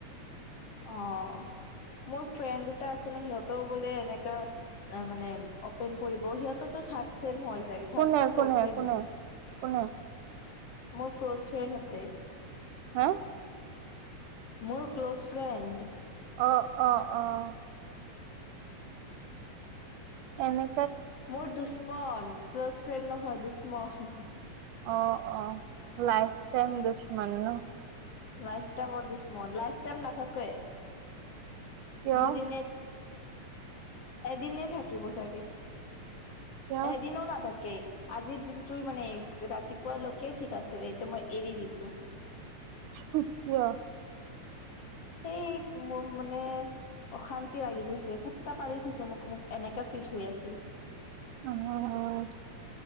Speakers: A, on the left (about 50°); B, on the right (about 85°).
A: অ', মোৰ ফ্ৰেণ্ড এটা আছে নহয় সিহঁতৰ বোলে এনেকা অ, মানে অপেন পঢ়িব সিহঁতে তেওঁ থাৰ্ড চেম হৈ চাগে
B: কোনে
A: থাৰ্ড না
B: কোনে
A: ফৰ্থ চেম?
B: কোনে কোনে
A: মোৰ ক্ল'জ ফ্ৰেণ্ড হেতে।
B: হাহ?
A: মোৰ ক্ল'জ ফ্ৰেণ্ড।
B: অ', অ', অ', এনে
A: মোৰ দুশ্মন ক্ল'জ ফ্ৰেণ্ড নহয় দুশ্মন।
B: অ', অ', লাইফ টাইম দু-দুশ্মন ন?
A: লাইফ টাইমৰ দুশ্মন লাইফ টাইম নাথাকোৱে
B: কিয়
A: দুদিন এদিননে থাকি বচাকে
B: কিয়
A: এদিনও নাথাক কে আজিৰ দিনটো মানে ৰাতিপুৱা লৈকে ঠিক আছিলে এতিয়া মই এৰি দিছো।
B: হহ, কিয়?
A: সেই মোৰ মানে অশান্তি লাগি গৈছে কুতটা পালি থৈছে মোক মোক এনেকে কা ফিল হৈ আছে।
B: অ',